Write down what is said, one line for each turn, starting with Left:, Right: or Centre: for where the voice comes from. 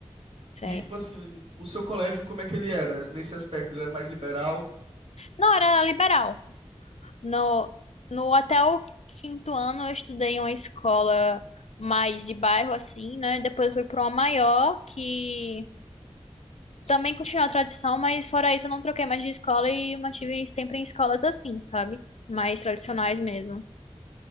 Left: sei.
Right: E tipo assim, o seu colégio, como é que ele era nesse aspecto? Ele era mais liberal?
Left: Não, era liberal. No, no até o quinto ano eu estudei em uma escola mais de bairro, assim, né? Depois eu fui para uma maior, que também continuou a tradição, mas fora isso eu não troquei mais de escola e mantive sempre em escolas assim, sabe? Mais tradicionais
Right: Uhum.
Left: mesmo.